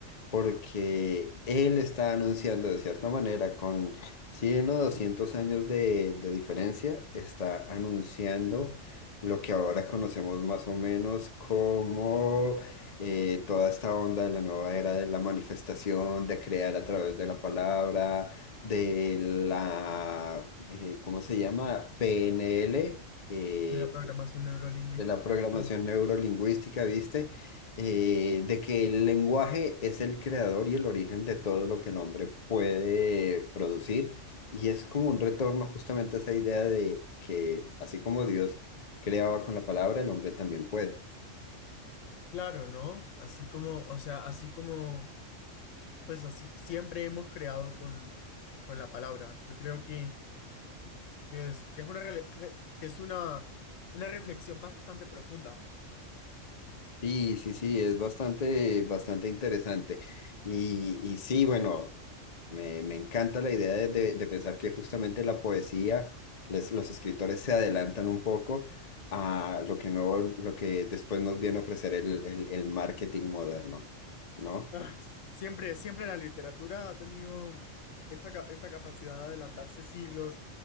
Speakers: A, on the left; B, on the left.
A: porque él está anunciando de cierta manera, con 100 o 200 años de, de diferencia, está anunciando lo que ahora conocemos más o menos como eh, toda esta onda de la nueva era de la manifestación, de crear a través de la palabra, de la, eh, ¿cómo se llama? PNL. eh,
B: De la programación neurolingüística.
A: de la programación
B: Mm.
A: neurolingüística, ¿viste? Eh, de que el lenguaje es el creador y el origen de todo lo que el hombre puede producir. Y es como un retorno justamente a esa idea de que así como Dios creaba con la palabra, el hombre también puede.
B: Claro, ¿no? Así como, o sea, así como... pues así siempre hemos creado con, con la palabra. Yo creo que, que es, que es una, rele- re- que es una, una reflexión bastante profunda.
A: Sí, sí, sí, es bastante, bastante interesante. Y, y sí, bueno, me, me encanta la idea de, de- de pensar que justamente la poesía, les- los escritores se adelantan un poco a lo que no, lo que después nos viene a ofrecer el, el, el marketing moderno, ¿no?
B: Ah, siempre, siempre la literatura ha tenido esta, ca- esta capacidad de adelantarse siglos,